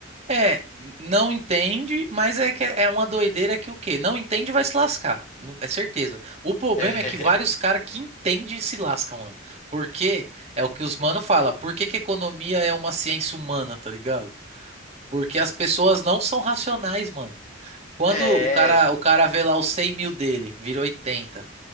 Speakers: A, on the right (about 30°); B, on the left (about 35°).
A: é, não entende, mas é que é uma doideira que o quê? Não entende vai se lascar, Não- é certeza. O problema
B: É,
A: é que vários caras que entendem se lascam, mano. Porque é o que os mano fala, por que que economia é uma ciência humana, tá ligado? Porque as pessoas não são racionais, mano.
B: <laughs>
A: Quando
B: é,
A: o cara, o cara vê lá os 100 mil dele, vira 80.